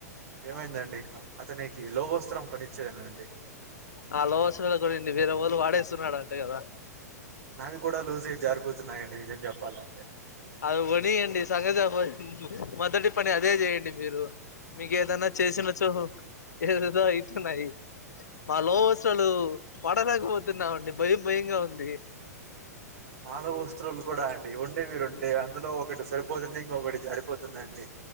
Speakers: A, on the right; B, on the left.
A: ఏమైందండి అతనికి లోగోస్త్రం కొనిచ్చేదేనండి
B: ఆ లో వస్త్రాలూ కొనండి వేరే వాళ్ళు వాడేస్తున్నాడు అంటే కదా
A: నావి కూడా లూజు అయి జారిపోతున్నాయండి నిజం చెప్పాలంటే
B: అది కొనియండి సంగ మొదటి పని అదే చేయండి మీరు మీకు ఏదన్నా చేసిన చో ఏదదో అయితున్నాయి మా లోవస్రాలు పడలేకపోతున్నామండి భయం భయంగా ఉంది
A: మా లోవస్త్రాలు కూడా అండి ఉండేవి రెండే అందులో ఒకటి సరిపోతుంది ఇంకొకటి జారిపోతుందండి